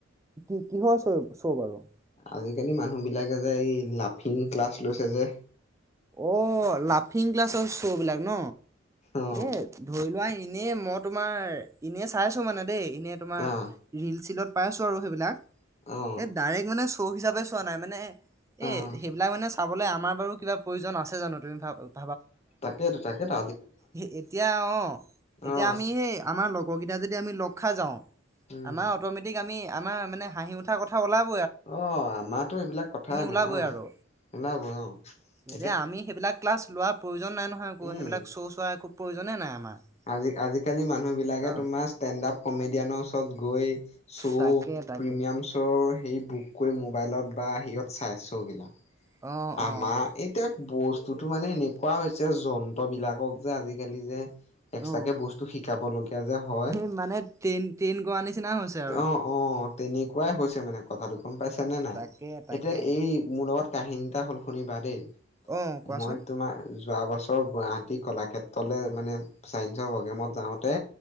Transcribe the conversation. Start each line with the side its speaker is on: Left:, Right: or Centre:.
Right: কি কিহৰ চৰু বাৰু
Left: আজিকালি মানুহ বিলাকে যে এই লাফিং ক্লাছ লৈছে যে
Right: অ' লাফিং ক্লাছৰ চ' বিলাক ন
Left: অ
Right: এ ধৰি লোৱা এনেই মই তোমাৰ এনে চাইছো মানে দেই এনেই তোমাৰ
Left: অ
Right: ৰিল- চিলত পাই আছো আৰু সেইবিলাক
Left: অ
Right: এই ডাইৰেক্ট মানে শ্ব' হিচাপে চোৱা নাই মানে এ
Left: অ।
Right: সেইবিলাক মানে চাবলৈ আমাৰ বাৰু কিবা প্ৰয়োজন আছে জানো তুমি ভাব
Left: তাকেইতো তাকে ত
Right: সেই এতিয়া অ' এতিয়া
Left: অ'
Right: আমি সেই আমাৰ লগৰ কেইটা যদি আমি লগ খাজাও
Left: উম
Right: আমাৰ অটমেটিক আমি আমাৰ মানে হাঁহি উঠাৰ কথা ওলাব
Left: অ' আমাৰতো এইবিলাক কথা
Right: ওলাবই
Left: নাই অ'
Right: আৰু
Left: ওলাব অ'
Right: এতিয়া আমি সেইবিলাক ক্লাছলোঁৱা প্ৰোয়োজন নাই নাই নহয় একো
Left: উম
Right: সেইবিলাক চ' চোৱাৰ প্ৰয়োজন এ নাই আমাৰ
Left: আজি আজিকালি মানুহ বিলাকে
Right: অ'
Left: তোমাৰ ষ্টেণ্ড আপ কমেডিয়ানৰ ওচৰত গৈ শ্ব'
Right: তাকে তাকে।
Left: প্ৰিমিয়াম শ্ব'ৰ সেই বুক। কৰি মোবাইলত বা হেয়ত চাই মবাইলত।
Right: অ',
Left: আমাৰ
Right: অ',
Left: এতিয়া বস্তুতো মানে এনেকুৱা হৈছে যন্ত্ৰ বিলাকক যে আজিকালি। যে। এক্সট্ৰাকে
Right: অ'
Left: বস্তু শিকাব লগীয়া যে হয়
Right: সেই মানে ট্ৰেইন ট্ৰেইন কৰোৱা নিচিনা হৈছে আৰু।
Left: অ', অ' তেনেকুৱাই হৈছে মানে। কথাটো গ'ম পাইছে নে নাই।
Right: তাকে তাকে।
Left: এতিয়া এই মোৰ লগত কাহিনী এটা হ'ল শুনিবা দেই।
Right: অ', কোৱাচোন
Left: মই তোমাৰ যোৱাবাট ওচৰৰ গুৱাহাটী কলাক্ষেত্ৰলে মানে চাইন্সৰ প্ৰগ্ৰেমত যাওঁতে।